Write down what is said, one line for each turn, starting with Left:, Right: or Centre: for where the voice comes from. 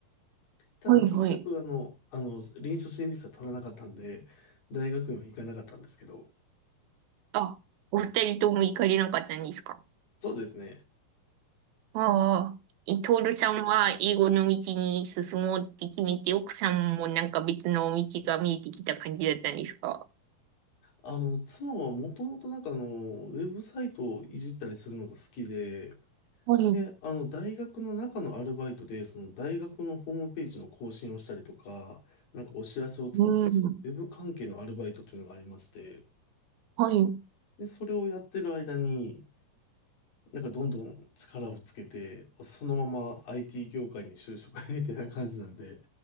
Left: ただ結局あの、
Right: はいはい。
Left: あの、臨床心理士は取らなかったんで、大学院は行かなかったんですけど、
Right: あ、お二人とも行かれなかったんですか
Left: そうですね。
Right: ああ。えトールさんは英語の道に進もうって決めて、奥さんもなんか別の道が見えてきた感じだったんですか
Left: あの、妻はもともとなんかあの、ウェブサイトをいじったりするのが好きで、
Right: はい。
Left: で、
Right: う
Left: あの、大学の中のアルバイトで、その大学のホームページの更新をしたりとか、なんかお知らせを作ったりする、
Right: ん。
Left: ウェブ関係のアルバイトというのがありまして、
Right: はい。
Left: で、それをやってる間に、なんかどんどん力をつけて、そのまま IT 業界に就職みたいな感じなんで、